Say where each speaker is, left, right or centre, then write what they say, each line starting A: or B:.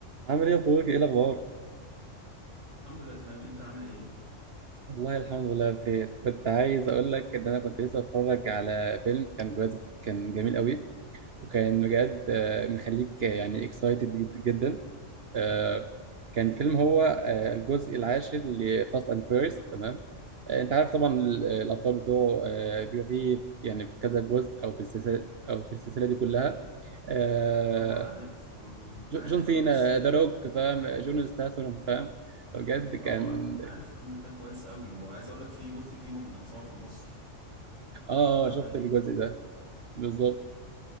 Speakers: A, on the right; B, on the right.
A: عامل ايه يا صديقي ايه الاخبار
B: الحمد لله تمام انت عامل ايه
A: والله الحمد لله بخير كنت عايز اقول لك ان انا كنت لسه بتفرج على فيلم كان بجد كان جميل قوي وكان بجد آه، مخليك آه، يعني اكسايتد جدا آه، كان فيلم هو آه، الجزء العاشر لفاست اند فيرست تمام آه، انت عارف طبعا ال- الابطال بتوعه آه، بيبقى فيه يعني في كذا جزء او في السلسله او في السلسله دي كلها آه،
B: طبعا عارف آه،
A: جو-
B: عارف
A: جون سينا
B: انا القصه
A: ذا روك فاهم جون ستاثام فاهم بجد كان
B: اه انا عارف الفيلم ده كويس قوي وعايز اقول لك في جزء فيهم اتصور في مصر
A: اه
B: بتاع
A: آه، شفت
B: فان ديزل
A: الجزء ده بالظبط